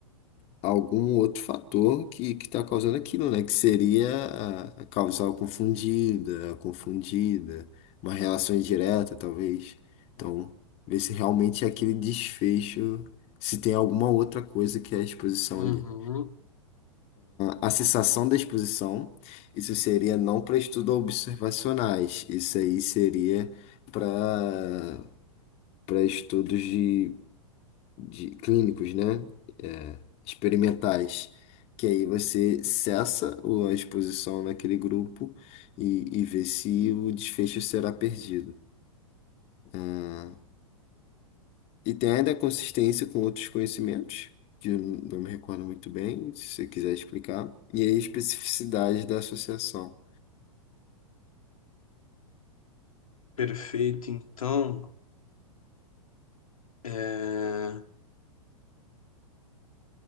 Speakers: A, on the left; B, on the left.
A: algum outro fator que que está causando aquilo, né? Que seria a, a causal confundida, a confundida, uma relação indireta, talvez. Então, ver se realmente aquele desfecho, se tem alguma outra coisa que é a exposição
B: Uhum.
A: ali. A, a cessação da exposição, isso seria não para estudos observacionais, isso aí seria para para estudos de de clínicos, né? É, experimentais, que aí você cessa o- a exposição naquele grupo e, e vê se o desfecho será perdido. tá? E tem ainda a consistência com outros conhecimentos, que eu n- não me recordo muito bem, se você quiser explicar, e a especificidade da associação.
B: Perfeito. Então, é...